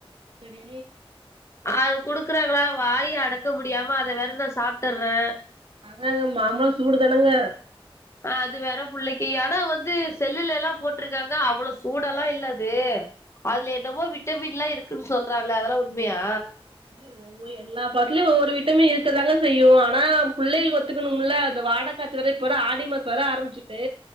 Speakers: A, on the right; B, on the left.
A: சரி
B: அது குடுக்குறாங்களா வாயி அடக்க முடியாம அத வேற நா சாப்ட்டுறேன்
A: அதாங்க மாமா சூடு தானுங்க
B: அ அது வேற புள்ளைக்கு ஆனா வந்து செல்லுல எல்லாம் போட்டிருக்காங்க அவ்ளோ சூடெல்லாம் இல்ல அது அதுல என்னவோ விட்டமின்ல்லா இருக்குன்னு சொல்றாங்களே அதெல்லாம் உண்மையா
A: <unintelligible> எல்லா பார்ட்லையும் ஒவ்வொரு விட்டமின் இருக்கதாங்க செய்யும் ஆனா புள்ளைக்கு ஒத்துக்கணும்ல அந்த வாட காத்து வேற இப்ப வர ஆடி மாசம் வர ஆரம்பிச்சிட்டு